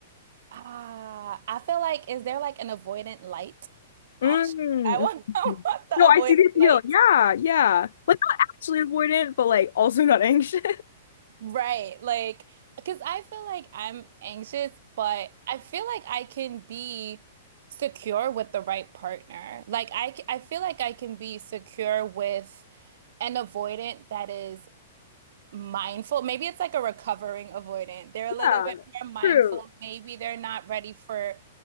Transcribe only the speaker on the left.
Mm.
Mhm.
No, I
see the appeal.
Yeah, yeah. Like not actually avoidant, but like also not anxious.
<laughs>
Yeah,
true.